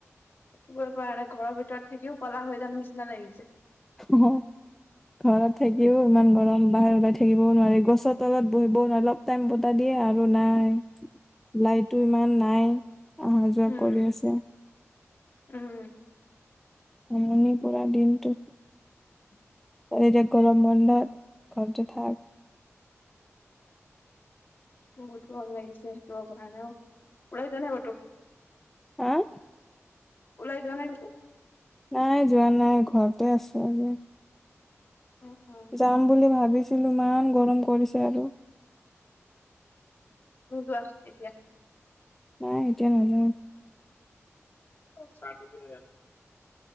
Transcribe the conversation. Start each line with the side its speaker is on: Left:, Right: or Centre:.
Left: থাকিবলৈ পৰা নাই ঘৰৰ ভিতৰত থাকিও কলা হৈ যাম নিচিনা লাগিছে
Centre: অঁ ঘৰত থাকিওঁ ইমান গৰম বাহিৰ ওলাই থাকিবও নোৱাৰি গছৰ তলত বহিব অলপ টাইম বতাহ দিয়ে আৰু নাই লাইটো ইমান নাই আঁহ জব
Left: উম
Centre: কৰি আছে।
Left: উম।
Centre: আমনি পৰা দিনতো।
Left: <unintelligible>
Centre: এতিয়া গৰম বন্ধত ঘৰতে থাক
Left: বহুত গৰম লাগিছে থাকিব পৰা নাই ওলাই যোৱা নাই কতো?
Centre: হাঁ
Left: ওলাই যোৱা নাই কতো
Centre: নাই যোৱা নাই ঘৰতে আছো আজি
Left: অ অ
Centre: যাম বুলি ভাবিছিলো ইমান গৰম কৰিছে আৰু
Left: যোৱা এতিয়া
Centre: নাই এতিয়া নাজাওঁ
Left: চাঁ <unintelligible>